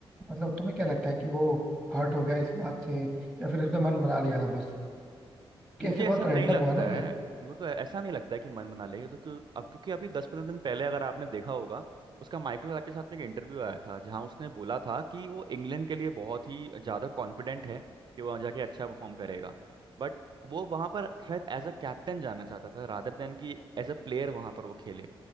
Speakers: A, in the centre; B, on the right (about 50°).
A: मतलब तुम्हें क्या लगता है कि वो हर्ट हो गया इस बात से या फिर उसने मन बना लिया था बस कैसे
B: मुझे
A: बहुत
B: ऐसा नहीं
A: रैंडम
B: लगता
A: हुआ ना
B: है मेरे को ऐसा नहीं लगता है कि मन बना लेंगे तो क्यों अब क्योंकि अभी दस पंद्रह दिन पहले अगर आपने देखा होगा उसका माइकल क्लार्क के साथ में एक इंटरव्यू आया था जहां उसने बोला था कि वो इंग्लैंड के लिए बहुत ही ज़्यादा कॉन्फिडेंट है कि वो वहाँ जाके अच्छा परफॉर्म करेगा बट वो वहाँ पर शायद एज अ कैप्टन जाना चाहता था रादर देन कि एज अ प्लेयर वहाँ पर वो खेले